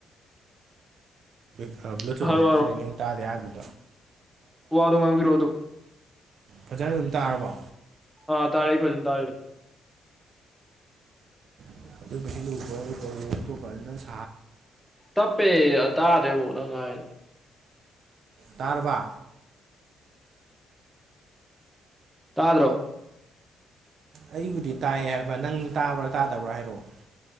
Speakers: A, on the right; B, in the centre.
A: ꯏꯁ ꯕ꯭ꯂꯨꯇꯨꯠ
B: ꯍꯥꯏꯔꯣ
A: ꯑꯃ ꯍꯥꯞꯆꯜꯂꯦ ꯅꯪ ꯇꯥꯗꯦ ꯍꯥꯏꯗꯅꯤ
B: ꯋꯥꯗ ꯉꯥꯡꯒꯤꯔ ꯑꯣꯏ ꯑꯗꯨ
A: ꯐꯖ ꯑꯗꯨꯝ ꯇꯥꯔꯕꯣ
B: ꯑ ꯇꯔꯦ ꯐꯖ ꯇꯥꯔꯦ ꯂ
A: ꯑꯗꯨ ꯄ ꯎ ꯐꯥꯏ
B: ꯇꯞꯄꯦ ꯇꯥꯔꯦꯃꯣ ꯅꯪꯉꯔ
A: ꯇꯔꯕꯥ
B: ꯇꯥꯗ꯭ꯔꯣ
A: ꯑꯩꯕꯨꯗꯤ ꯇꯥꯏꯌꯦ ꯍꯥꯏꯕ ꯅꯪ ꯇꯥꯕ꯭ꯔꯥ ꯇꯥꯗꯕ꯭ꯔꯥ ꯍꯥꯏꯔꯛꯑꯣ